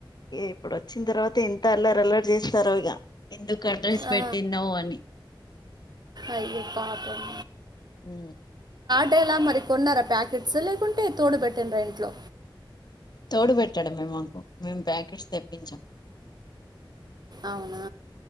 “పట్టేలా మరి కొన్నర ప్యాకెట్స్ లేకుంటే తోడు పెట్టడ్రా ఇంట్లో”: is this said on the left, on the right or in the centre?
Right